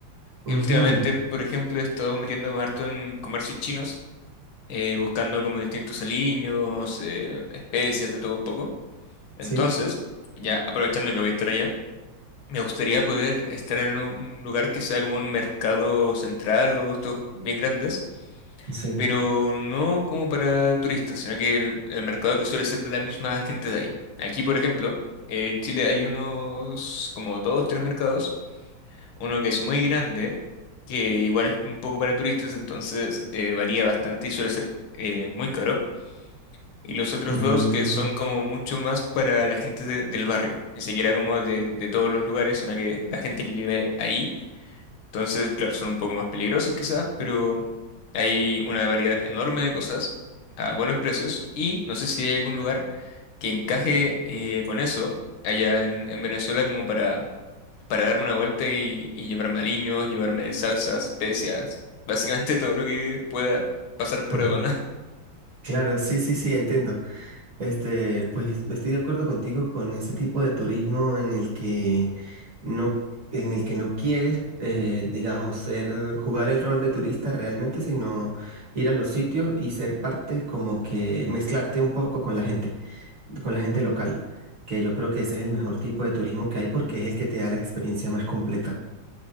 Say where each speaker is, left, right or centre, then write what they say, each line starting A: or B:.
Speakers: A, on the right; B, on the left.
A: ujú,
B: Y últimamente, por ejemplo, he estado metiéndome harto en comercios chinos, eh, buscando como distintos aliños, eh, especias, de todo un poco. Entonces,
A: Sí,
B: ya aprovechando que voy a estar allá, me gustaría poder estar en un un lugar que sea como un mercado central o estos bien grandes
A: sí.
B: pero no como para turistas, sino que el, el mercado que suele ser de la misma gente de ahí. Aquí, por ejemplo, en Chile hay unos como dos, tres mercados, uno que es muy grande, que igual es un poco para turistas, entonces eh, varía bastante y suele ser eh, muy caro. Y los otros
A: mm.
B: dos que son como mucho más para la gente de- del barrio, ni siquiera como de, de todos los lugares, sino que la gente que vive ahí entonces, claro, son un poco más peligrosos quizás, pero hay una variedad enorme de cosas a buenos precios y no sé si hay algún lugar que encaje eh, con eso allá en, en Venezuela como para, para darme una vuelta y, y llevarme aliños, llevarme salsas, especias, básicamente <laughs> todo lo que pueda pasar
A: <laughs>
B: por aduana.
A: Claro, sí, sí, sí, entiendo. Este, pues estoy de acuerdo contigo con ese tipo de turismo en el que no, en el que no quieres, eh, digamos, ser, jugar el rol de turista realmente, sino ir a los sitios y ser parte, como que mezclarte un poco con la gente, con la gente local, que yo creo que ese es el mejor tipo de turismo que hay porque es el que te da la experiencia más completa.